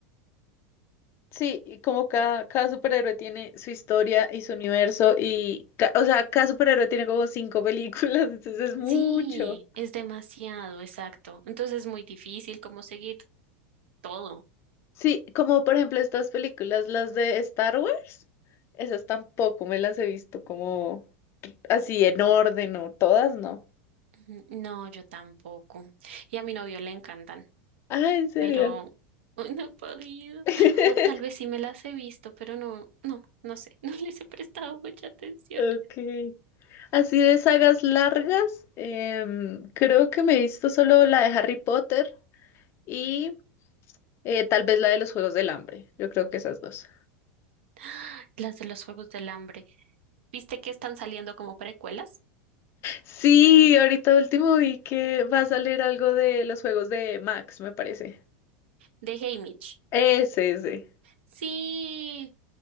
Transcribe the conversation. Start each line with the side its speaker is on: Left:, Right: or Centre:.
Left: Sí, y como cada, cada superhéroe tiene su historia y su universo y, ca- o sea, cada superhéroe tiene como cinco películas, <laughs> entonces es mucho.
Right: Sí, es demasiado, exacto. Entonces es muy difícil como seguir todo.
Left: Sí, como por ejemplo estas películas, las de Star Wars, esas tampoco me las he visto como así en orden o todas, no.
Right: Ujú, No, yo tampoco. Y a mi novio le encantan,
Left: Ah, ¿en serio?
Right: pero <laughs> ay, no he podido.
Left: <laughs>
Right: O tal vez sí me las he visto, pero no, no, no sé, <laughs> no les he prestado mucha atención.
Left: Ok. Así de sagas largas, em, creo que me he visto solo la de Harry Potter y eh, tal vez la de los Juegos del Hambre, yo creo que esas dos.
Right: <gasps> Las de los Juegos del Hambre. ¿Viste que están saliendo como precuelas
Left: Sí, ahorita último vi que va a salir algo de los juegos de Max, me parece.
Right: de Hey Mitch?
Left: Ese, ese.
Right: Sí.